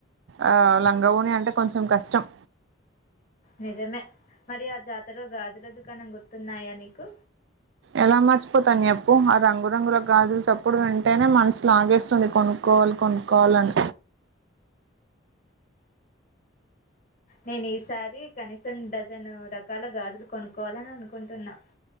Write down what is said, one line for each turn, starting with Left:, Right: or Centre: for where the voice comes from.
Right: ఆ లంగ ఓని అంటే కొంచెం కష్టం
Left: నిజమే మరి ఆ జాతరలో గాజుల దుకానం గుర్తున్నాయా నీకు
Right: ఎలా మర్చిపోతాని అప్పు ఆ రంగురంగుల గాజులు చెప్పుడు వెంటేనే మనసు లాగేస్తుంది కొనుక్కోలు కొన్కాలన్
Left: నేను ఈసారి కనీసం డజన్ రకాల గాజులు కొనుక్కవాలని అనుకుంటున్నా